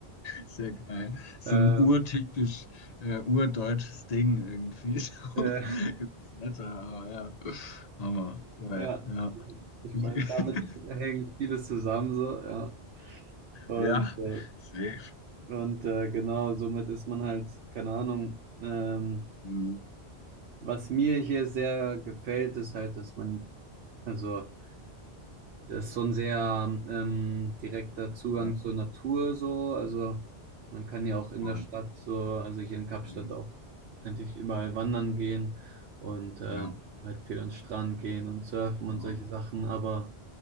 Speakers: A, on the left (about 45°); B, on the right (about 85°).
A: Sehr geil. So
B: äh,
A: ein urtypisch, äh, urdeutsches Ding irgendwie. <laughs>
B: äh,
A: So, das Wetter, aber ja. Hammer. Geil,
B: ja,
A: ja.
B: ich
A: Okay.
B: meine, damit
A: <laughs>
B: hängt vieles zusammen, so, ja. Und,
A: Ja,
B: äh,
A: safe.
B: und äh, genau, somit ist man halt, keine Ahnung, ähm,
A: Mhm.
B: was mir hier sehr gefällt, ist halt, dass man, also, das ist so ein sehr ähm, direkter Zugang
A: Ja,
B: zur Natur, so, also, man kann ja auch in
A: voll.
B: der Stadt, so, also hier in Kapstadt
A: Safe.
B: auch. eigentlich überall wandern gehen und ähm,
A: Ja,
B: halt viel an den Strand gehen und surfen
A: genau.
B: und solche Sachen, aber